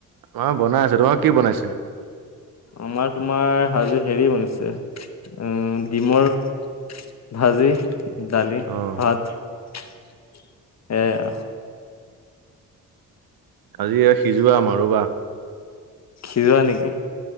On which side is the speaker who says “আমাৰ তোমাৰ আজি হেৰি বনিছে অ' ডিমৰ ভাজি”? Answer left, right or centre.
Left